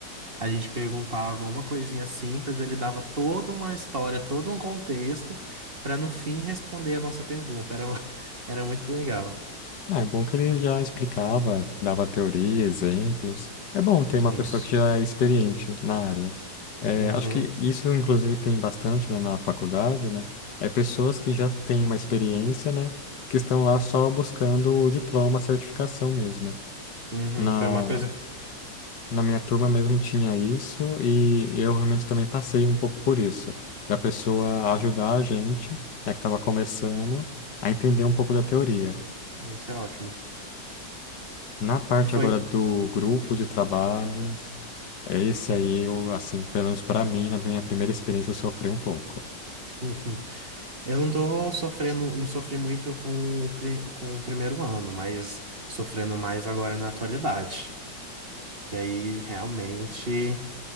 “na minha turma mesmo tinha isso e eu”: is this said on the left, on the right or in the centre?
Left